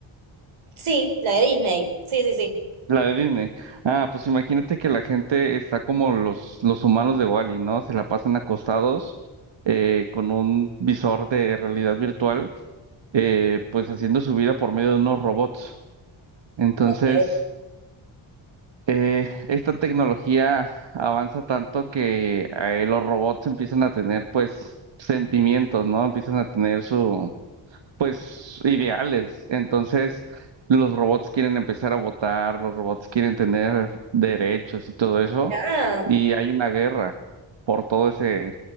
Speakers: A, on the right (about 80°); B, on the right (about 65°).
A: Sí, la de Disney. Sí, sí, sí.
B: La de Disney. Ah, pues imagínate que la gente está como los, los humanos de Wall-E, ¿no? Se la pasan acostados eh, con un visor de realidad virtual, eh, pues haciendo su vida por medio de unos robots. Entonces,
A: Ok.
B: Eh, esta tecnología avanza tanto que eh, los robots empiezan a tener pues sentimientos, ¿no? Empiezan a tener su pues ideales. Entonces, los robots quieren empezar a votar, los robots quieren tener derechos y todo eso,
A: Ah,
B: y hay una guerra por todo ese